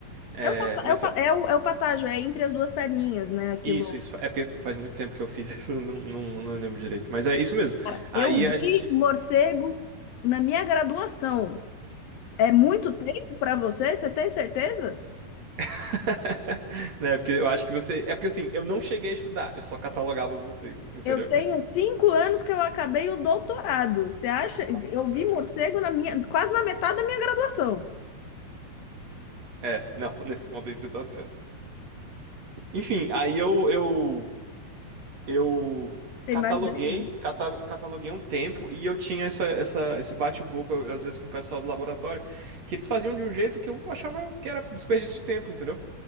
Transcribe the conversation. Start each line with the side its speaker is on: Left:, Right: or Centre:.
Right: É,
Left: É o, pata-
Right: mas
Left: é o, pa-
Right: fa-
Left: é o, é o patágio, é entre as duas perninhas, né? Aquilo.
Right: isso, isso. É porque faz muito tempo que eu fiz <laughs> isso, não, não, não lembro direito. Mas é isso mesmo.
Left: Cara,
Right: Aí
Left: eu vi
Right: a gente.
Left: morcego na minha graduação. É muito tempo para você? Você tem certeza?
Right: <laughs> Né? Porque eu acho que você. É porque assim, eu não cheguei a estudar, eu só catalogava os morcegos, entendeu?
Left: Eu tenho cinco anos que eu acabei o doutorado. Você acha?
Right: Nossa
Left: Eu
Right: senhora.
Left: vi morcego na minha, quase na metade da minha graduação.
Right: É, não, <laughs> nesse ponto aí você tá certo. Enfim, aí eu, eu, eu
Left: Tem
Right: cataloguei,
Left: mais de 10 anos.
Right: cata- cataloguei um tempo e eu tinha essa, essa, esse bate-boca, às vezes, com o pessoal do laboratório, que eles faziam de um jeito que eu achava que era desperdício de tempo, entendeu?